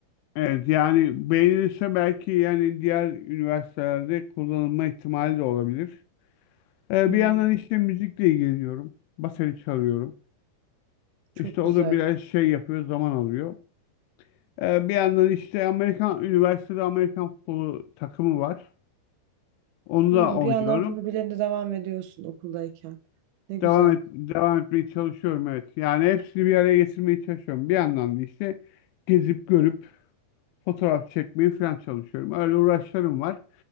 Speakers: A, on the left (about 80°); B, on the right (about 80°).
A: evet yani beğenirse belki yani diğer üniversitelerde kullanılma ihtimali de olabilir. Ee,
B: Hmm,
A: bir yandan işte müzikle ilgileniyorum. Bateri çalıyorum.
B: çok
A: İşte o
B: güzel.
A: da biraz şey yapıyor, zaman alıyor. Ee, bir yandan işte Amerikan üniversitede Amerikan futbolu takımı var. Onu
B: Hmm,
A: da oynuyorum.
B: bir yandan hobilerine devam ediyorsun okuldayken. Ne güzel.
A: Devam et, devam etmeye çalışıyorum evet. Yani hepsini bir araya getirmeye çalışıyorum. Bir yandan da işte gezip görüp fotoğraf çekmeyi falan çalışıyorum. Öyle uğraşlarım var.